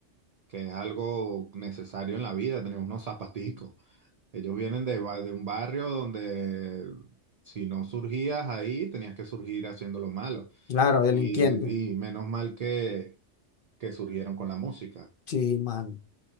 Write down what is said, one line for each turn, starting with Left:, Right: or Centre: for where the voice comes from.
Right: que es algo necesario en la vida, tener unos zapaticos. Ellos vienen de, ba- de un barrio donde si no surgías ahí, tenías que surgir haciendo lo malo.
Left: claro, delinquiendo.
Right: Y, y menos mal que, que surgieron con la música.
Left: Sí, mano.